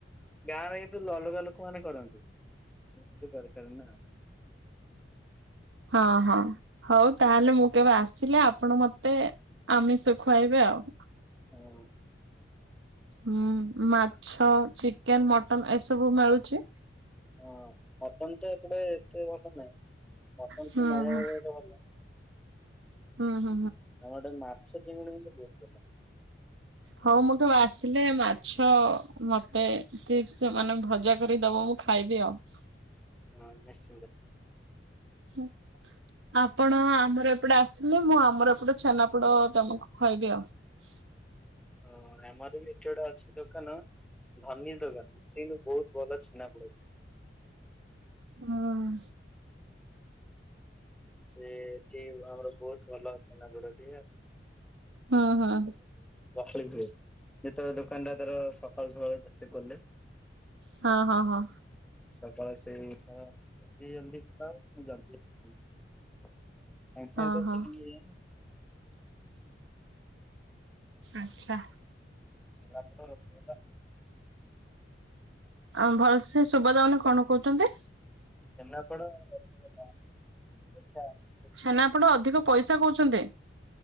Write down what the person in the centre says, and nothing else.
ଗାଁରେ ଏତୁ ଅଲଗା ଲୋକ ମାନେ କରନ୍ତି। ମୁଁ ତ କରିପାରେ ନା।
ହଁ।
ହଁ ମଟନ ତ ଏପଟେ ଏତେ ଭଲ ନାଇଁ ମଟନ
ସେ ନୟାଗଡ଼
ରେ ଏକା ଭଲ ।
ଆମ ଆଡ଼େ ମାଛ ଚିଙ୍ଗୁଡ଼ି ହେଲେ ବହୁତ ଭଲ ।
ହଁ ନିଶ୍ଚିତ।
ହ ଆମର ବି ଏଠି ଗୋଟେ ଅଛି ଦୋକାନ ଧନି ଦୋକାନୀ କିନ୍ତୁ ବହୁତ ଭଲ ଛେନାପୋଡ଼ ଦି
ସେଠି ଆମର ବହୁତ ଭଲ ଛେନାପୋଡ ଦିଏ ଆଉ।
ଗହଳି ବି <inaudible> ହୁଏ । ସେ ତ ଦୋକାନ ଟା ତାର ସକାଳୁ ସକାଳୁ ପଛେ ଖୋଲେ।
ସକାଳେ ସେଇ ତ ଜଲଦି ଜଲଦି ଖୋଲା ହବ ପୁଣି ଜଲଦି ସାଙ୍ଗେ
ସାଙ୍ଗେ ତ
ଚାଲି କି ଯିବ ନା ।
ଛେନାପୋଡ଼, ରସବରା।
ଛେନାପୋଡ, ରସଗୋଲା ମିିଠା ।